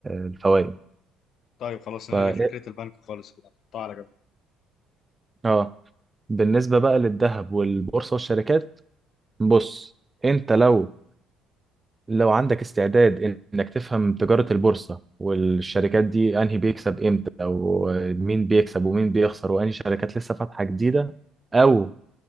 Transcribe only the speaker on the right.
الفوائد
ف إيه،
اه بالنسبة بقى للذهب والبورصة والشركات بص انت لو لو عندك استعداد انك تفهم تجارة البورصة والشركات دي انهي بيكسب امتى او مين بيكسب ومين بيخسر وانهي شركات لسه فاتحة جديدة او